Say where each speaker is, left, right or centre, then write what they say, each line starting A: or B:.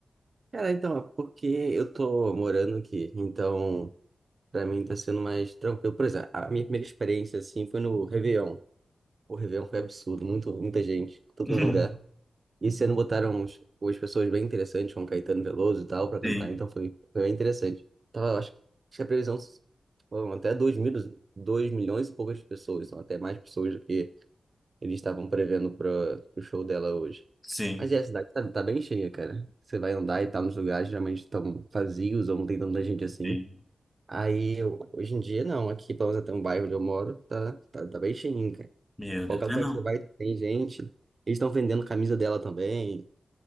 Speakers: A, on the right; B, in the centre.
A: Cara, então, é porque eu tô morando aqui. Então, para mim tá sendo mais tranquilo. Por exemplo, a minha primeira experiência, assim, foi no Réveillon. O Réveillon foi absurdo, muito, muita gente, todo
B: <laughs>
A: lugar. E esse ano botaram uns, umas pessoas bem interessantes, como Caetano Veloso e tal, pra cantar,
B: Sim,
A: então foi, foi bem interessante. Tava, acho, que- acho que a previsão foram até dois mil, 2 milhões e poucas pessoas, são até mais pessoas do que eles estavam prevendo para o show dela hoje.
B: sim,
A: Mas é, a cidade tá, tá bem cheia, cara. Você vai andar e tá nos lugares geralmente estão vazios ou não tem tanta gente assim.
B: sim.
A: Aí, eu- hoje em dia, não. Aqui, pelo menos até um bairro onde eu moro, tá, tá, tá bem cheinho, cara.
B: Meu Deus.
A: Qualquer lugar
B: Ah, não.
A: que você vai, tem gente. Eles estão vendendo camisa dela também.